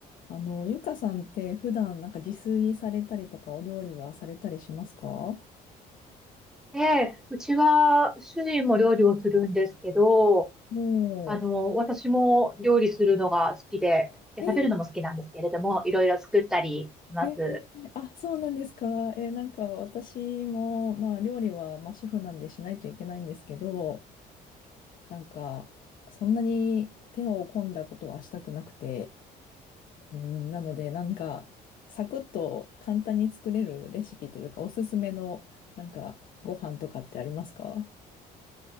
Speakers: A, on the left; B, in the centre.
A: あの、ゆかさんって普段なんか自炊されたりとかお料理はされたりしますか
B: ええ、うちは主人も料理をするんですけど、
A: も
B: あの、私も料理するのが好きで、いや食べるのも好きなんですけれども、
A: う、えー、
B: いろいろ作ったりします。
A: えーあ、そうなんですか。えーなんか私も、まあ料理は、まあ、主婦なんでしないといけないんですけど、なんかそんなに手を込んだことはしたくなくて、うん、なのでなんかサクッと簡単に作れるレシピというかおすすめのなんかご飯とかってありますか